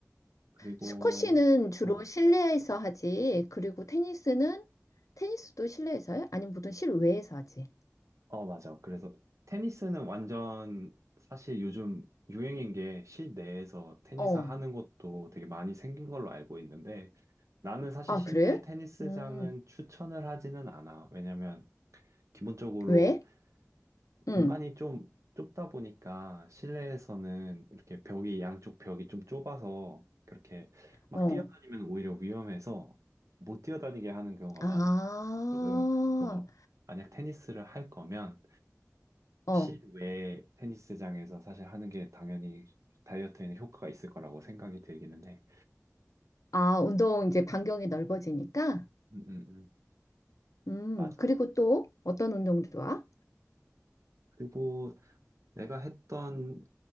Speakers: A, on the right (about 70°); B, on the left (about 80°).
A: 그리고,
B: 스쿼시는 주로
A: 어,
B: 실내에서 하지. 그리고 테니스는 테니스도 실내에서 해? 아니면 보통 실외에서 하지?
A: 어, 맞아. 그래서 테니스는 완전 사실 요즘 유행인 게 실내에서 테니스
B: 어.
A: 하는 것도 되게 많이 생긴 걸로 알고 있는데 나는 사실
B: 아,
A: 실내
B: 그래?
A: 테니스장은
B: 음.
A: 추천을 하지는 않아. 왜냐면 기본적으로
B: 왜?
A: 공간이
B: 응.
A: 좀 좁다 보니까 실내에서는 이렇게 벽이, 양쪽 벽이 좀 좁아서 그렇게 막
B: 어.
A: 뛰어다니면 오히려 위험해서 못 뛰어다니게 하는 경우가
B: 아.
A: 많, 거든. 그래서 만약 테니스를 할 거면
B: 어.
A: 실외 테니스장에서 사실 하는 게 당연히 다이어트에는 효과가 있을 거라고 생각이 들기는 해.
B: 아, 운동 이제 반경이 넓어지니까?
A: 음, 음, 음.
B: 음,
A: 맞아.
B: 그리고 또 어떤 운동 좋아?
A: 그리고 내가 했던